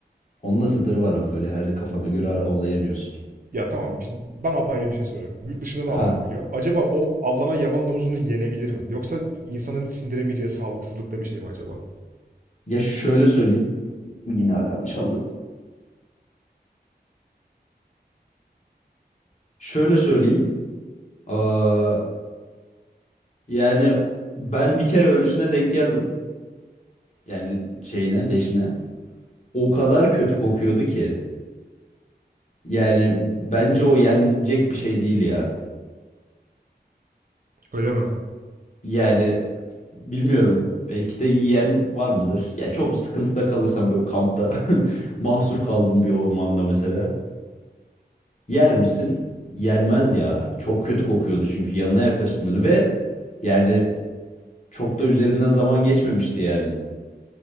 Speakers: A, on the left; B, on the right.
A: Onun da sınırı var ama öyle her kafana göre ar- avlayamıyorsun.
B: Ya tamam ben apayrı bir şey soracaktım. Yurt dışında da
A: Ha
B: avlanabiliyor. Acaba o avlanan yaban domuzunu yenebilir mi? Yoksa insanın sindiremeyeceği sağlıksızlıkta bir şey mi acaba?
A: ya şöyle söyleyeyim. Yine alarm çaldı. Şöyle söyleyeyim. Aa, yani ben bir kere ölüsüne denk geldim. Yani şeyine leşine. O kadar kötü kokuyordu ki. Yani bence o yenecek bir şey değil ya.
B: Öyle mi?
A: Yani Bilmiyorum. Belki de yiyen var mıdır? Ya çok sıkıntıda kalırsam böyle kampta <laughs> mahsur kaldım bir ormanda mesela. Yer misin? Yenmez ya. Çok kötü kokuyordu çünkü yanına yaklaşılmıyordu ve yani çok da üzerinden zaman geçmemişti yani.